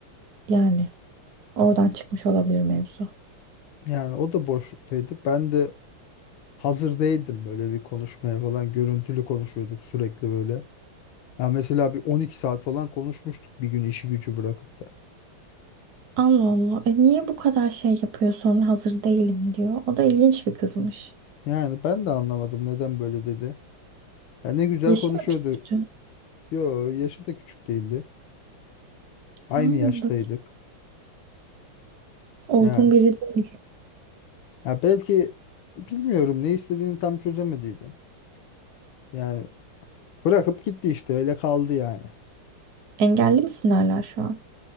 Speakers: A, on the right; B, on the left.
A: yani oradan çıkmış olabilir mevzu.
B: Yani o da boşluktaydı. Ben de hazır değildim böyle bir konuşmaya falan. Görüntülü konuşuyorduk sürekli böyle. Ya mesela bir 12 saat falan konuşmuştuk bir gün işi gücü bırakıp da.
A: Allah Allah. E niye bu kadar şey yapıyor sonra hazır değilim diyor. O da ilginç bir kızmış.
B: Yani ben de anlamadım neden böyle dedi. Ya ne güzel
A: Yaşı
B: konuşuyordu.
A: mı küçüktü?
B: Yo yaşı da küçük değildi. Aynı
A: Yani
B: yaştaydık.
A: böyle olgun
B: Ya,
A: biri değil.
B: ya belki bilmiyorum ne istediğini tam çözemediydim. Yani bırakıp gitti işte öyle kaldı yani.
A: Engelli mi hala şu an?